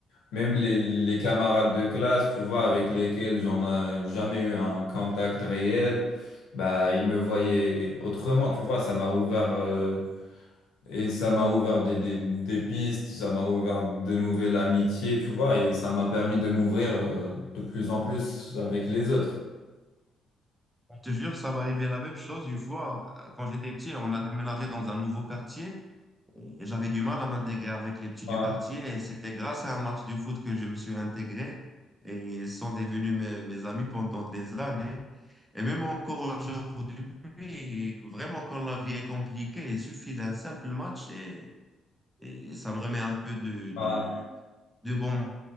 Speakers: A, on the left (about 80°); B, in the centre.
A: même les, les camarades de classe, tu vois, avec lesquels j'en ai jamais eu un contact réel, bah, ils me voyaient autrement, tu vois, ça m'a ouvert, euh, et ça m'a ouvert des, des, des pistes, ça m'a ouvert de nouvelles amitiés, tu vois, et ça m'a permis de m'ouvrir euh, de plus en plus avec les autres.
B: Je te jure, ça m'arrivait la même chose une fois, euh, quand j'étais petit, on a déménagé dans un nouveau quartier. et J'avais du mal à m'intégrer avec les petits
A: Ouais,
B: du quartier et c'était grâce à un match de foot que je me suis intégré et ils sont devenus mes, mes amis pendant des années. Et même encore aujourd'hui, vraiment quand la vie est compliquée, il suffit d'un simple match et, et ça me remet un peu de, de,
A: ouais.
B: de bon